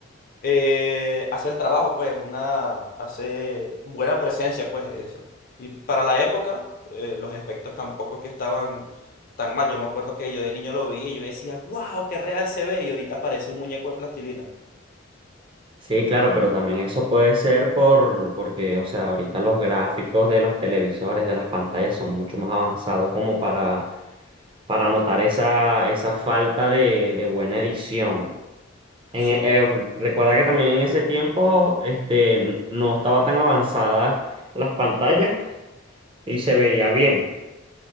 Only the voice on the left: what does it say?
eh, hace el trabajo, pues, una, hace buena presencia, pues, eso. Y para la época, eh, los efectos tampoco es que estaban tan mal. Yo me acuerdo que yo de niño lo vi y yo decía, wow, qué real se ve, y ahorita parece un muñeco de plastilina.
Sí,